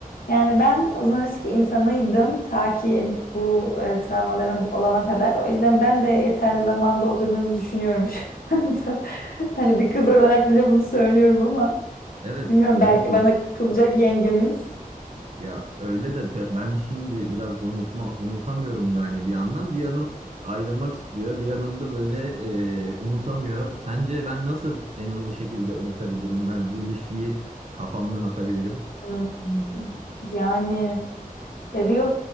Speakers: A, on the left (about 80°); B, on the right (about 50°).
A: Yani ben uzun ilişki insanıydım ta ki bu e, travmalarım olana kadar. O yüzden ben de yeterli zaman doldurduğunuzu düşünüyorum şu anda. <laughs> Hani bir kız olarak bile bunu söylüyorum ama
B: Evet,
A: bilmiyorum
B: doğru
A: belki
B: diyorsun.
A: bana kızacak yengemiz.
B: Ya öyle de pe- ben şimdi biraz unutma unutamıyorum da hani bir yandan bir yanım ayrılmak istiyor, bir yanım da böyle e, unutamıyor. Sence ben nasıl en hızlı şekilde unutabilirim? Ben bu ilişkiyi kafamdan atabilirim.
A: Hmm. Yani seviyor